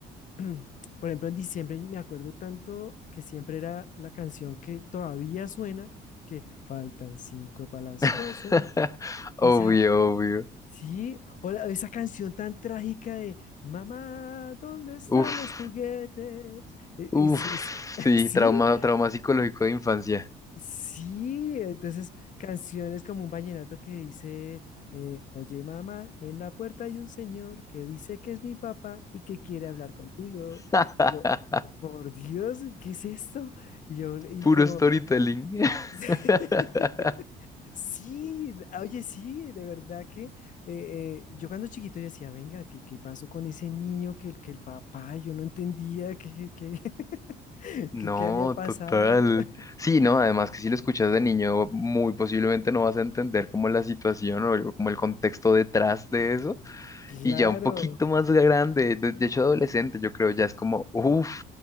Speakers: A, on the left (about 50°); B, on the left (about 20°).
A: <clears throat> por ejemplo, en diciembre me acuerdo tanto que siempre era la canción que todavía suena, que faltan cinco para las
B: <laughs>
A: doce.
B: Obvio,
A: Esa,
B: obvio.
A: sí, o la- esa canción tan trágica de Mamá, ¿dónde están
B: Uf,
A: los juguetes? E-
B: uf,
A: es- es- <laughs>
B: sí,
A: sí,
B: trauma, trauma psicológico de infancia.
A: Sí, entonces canciones como un vallenato que dice, eh, oye mamá, en la puerta hay un señor que dice que es mi papá y que quiere hablar contigo.
B: <laughs>
A: Yo, por Dios, ¿qué es esto? Y yo, y
B: Puro
A: como,
B: storytelling. <laughs>
A: <laughs> sí, oye, sí, de verdad que eh, eh, yo cuando chiquito yo decía, venga, ¿qué, qué pasó con ese niño que el, que el papá? Yo no entendía qué, qué, qué, <laughs>
B: No,
A: qué qué había pasado.
B: total.
A: <laughs>
B: Sí, no, además que si lo escuchas de niño, muy posiblemente no vas a entender como la situación o o como el contexto detrás de eso.
A: Claro,
B: Y ya un poquito más grande, de, de hecho adolescente, yo creo, ya es como, uff,